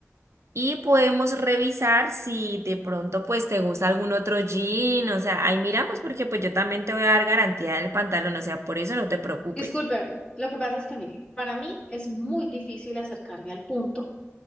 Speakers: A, on the right; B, on the left.
A: Y podemos revisar si de pronto pues te gusta algún otro jean, o sea, ahí miramos porque pues yo también te voy a dar garantía del pantalón, o sea, por eso no te preocupes.
B: Discúlpeme, lo que pasa es que, mire, para mí es muy difícil acercarme al punto